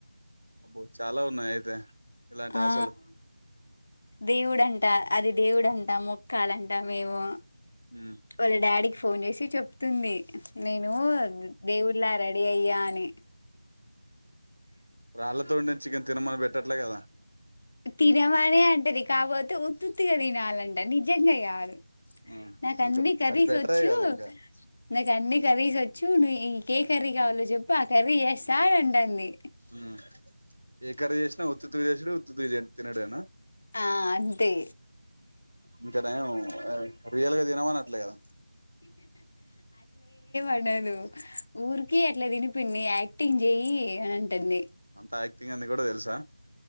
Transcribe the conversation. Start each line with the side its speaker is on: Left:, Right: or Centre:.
Right: అబ్బో చాలా ఉన్నాయి అయితే ఇలాంటి
Left: ఆ
Right: ఆశలు
Left: దేవుడంట అది దేవుడంట మొక్కాలంట మేము
Right: ఉమ్
Left: వాళ్ళ డాడీకి ఫోన్ చేసి చెప్తుంది నేను దేవుళ్లా రెడీ అయ్యా అ ని
Right: రాళ్ళతో వండిన చికెన్ తినమని పెట్టట్లే కదా
Left: తినమనే అంటది కాకపోతే ఉత్తుత్తిగా తినాలంట నిజంగా కాదు
Right: ఉమ్
Left: నాకన్నీ
Right: ఇంకా
Left: కర్రీస్
Right: అది బెటరే
Left: వచ్చు
Right: కదా ఇంకా
Left: నాకన్నీ కర్రీస్‌ వచ్చు నువ్ నీకు ఏ కర్రీ కావాలో చెప్పు ఆ కర్రీ చే చాలాంటాంది
Right: ఉమ్ ఏ కర్రీ చేసినా ఉత్తిత్తి చేసాడు ఉత్తిత్తిగ తినడేనా
Left: ఆ అంతే
Right: ఇంకా నయము రియల్గా తినమని అట్లే కదా
Left: అనదు ఊర్కి అట్ల తిని కొన్ని యాక్టింగ్ చేయి అంటుంది
Right: అంత యాక్టింగ్ అని కూడా తెలుసా